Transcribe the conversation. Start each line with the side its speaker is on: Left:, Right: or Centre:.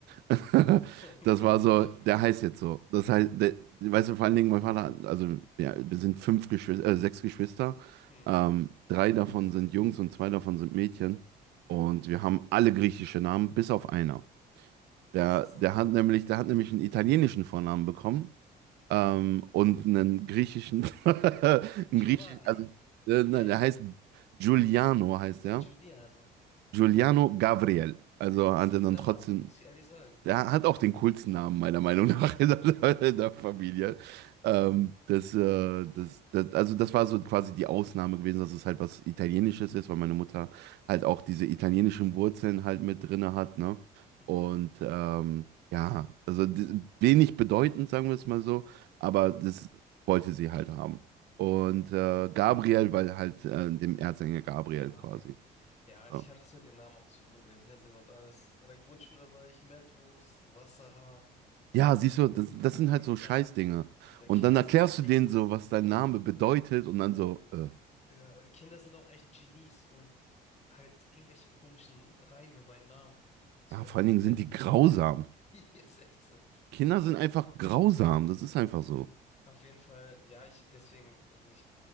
Right: <laughs>
Left: <laughs>
Right: Das
Left: Gar
Right: war so,
Left: nicht.
Right: der
Left: Auf jeden
Right: heißt jetzt so. Das heißt, der, weißt du, vor allen Dingen mein Vater, hat- also ja, wir sind fünf Geschwister, äh, sechs Geschwister.
Left: Hm,
Right: Ähm, drei davon sind Jungs und zwei davon sind Mädchen. Und wir haben alle griechische Namen, bis auf einer. Der,
Left: interessant.
Right: der hat nämlich, der hat nämlich einen italienischen Vornamen bekommen ähm, und einen griechischen, <laughs> einen
Left: Äh, Giovanni,
Right: griechischen, also äh,
Left: wie
Right: nein,
Left: heißt
Right: der heißt
Left: er?
Right: Giuliano heißt
Left: Äh,
Right: er.
Left: Giuliano.
Right: Giuliano Gabriel. Also
Left: Ist
Right: hat er
Left: cooler
Right: dann trotzdem
Left: Name, muss ich ehrlich sagen.
Right: der hat auch den coolsten Namen, meiner Meinung
Left: Äh,
Right: nach, <laughs> in der,
Left: <laughs>
Right: in der Familie. Ähm, das, äh, das, das, also das war so quasi die Ausnahme gewesen, dass es halt was Italienisches ist, weil meine Mutter halt auch diese italienischen Wurzeln halt mit drinne hat, ne?
Left: Mhm,
Right: Und ähm, ja, also d- wenig bedeutend, sagen wir es mal so, aber das wollte sie halt haben. Und äh, Gabriel, weil halt äh, dem Erzengel Gabriel
Left: genau,
Right: quasi.
Left: genau. Ja, ich
Right: ja.
Left: kann das mit den Namen auch zu gut, mit dem Hänseln und alles. In der Grundschule war ich Mettwurst, Wasserhahn,
Right: Ja, siehst du, das,
Left: äh,
Right: das
Left: ein
Right: sind halt
Left: Meterhahn.
Right: so Scheißdinge.
Left: Ja,
Right: Und
Left: Kinder
Right: dann erklärst
Left: sind auch echt
Right: du denen so, was dein Name bedeutet und dann so, äh,
Left: Ja, Kinder sind auch echt Genies, um halt irgendwelche komischen Reime bei Namen zu
Right: ja,
Left: öffnen,
Right: vor allen Dingen
Left: ehrlich.
Right: sind die grausam.
Left: <laughs> Ist echt so.
Right: Kinder sind einfach grausam, das ist einfach so.
Left: Auf jeden Fall, ja, ich deswegen, also ich,